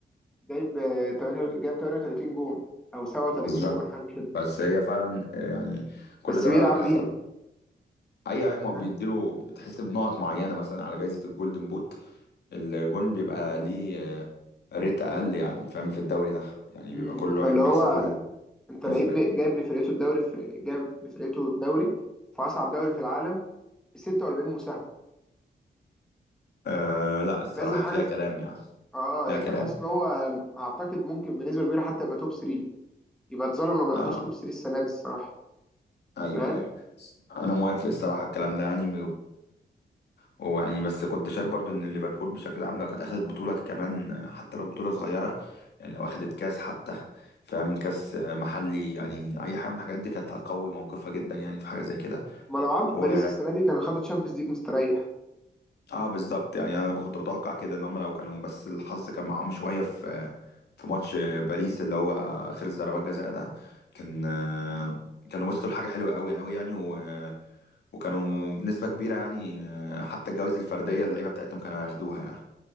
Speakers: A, in the centre; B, on the left.
A: جايب آه، 8 جايب 38 جون او 37
B: بالظبط
A: جون حاجه كده
B: بس هي فعلا آه، يعني كل
A: بس
B: دوري
A: بيلعب
B: على
A: مين؟
B: حسب اي اي ما بيديله
A: ها؟
B: بتحسب نقط معينة مثلا على جائزة الجولدن بوت الجون بيبقى ليه آه، ريت اقل يعني فاهم في الدوري ده يعني
A: مم.
B: بيبقى كل واحد
A: فاللي
B: بيحسبوا
A: هو
B: له
A: انت
B: حسبة
A: لعيب م-
B: يعني
A: جايب لفرقته الدوري في جايب لفرقته الدوري في اصعب دوري في العالم ب 46 مساهمه
B: أه لا الصراحة
A: لازم حاجه
B: فيها
A: تت...
B: كلام يعني
A: اه
B: فيها
A: يعني
B: كلام
A: حاسس ان هو آم، اعتقد ممكن بنسبه كبيره حتى يبقى توب 3 يبقى اتظلم لو ما
B: اه
A: دخلش توب 3 السنه دي الصراحه
B: ايوه
A: فاهم؟
B: ايوه انا موافق الصراحة الكلام ده يعني ويعني بس كنت شايف برضو ان ليفربول بشكل عام لو كانت اخدت بطوله كمان حتى لو بطوله صغيره يعني لو اخدت كاس حتى فاهم كاس محلي يعني اي حاجه من الحاجات دي كانت هتقوي موقفها جدا يعني في حاجه زي كده
A: هما لو عدوا
B: و
A: باريس السنه دي كانوا خدوا تشامبيونز ليج مستريح
B: اه بالظبط يعني انا كنت بتوقع كده ان هم لو كانوا بس الحظ كان معاهم شويه في في ماتش باريس اللي هو خلص ضربات جزاء ده كان كانوا وصلوا لحاجه حلوه قوي قوي يعني و... وكانوا بنسبه كبيره يعني حتى الجوائز الفرديه اللعيبه بتاعتهم كانوا هياخدوها يعني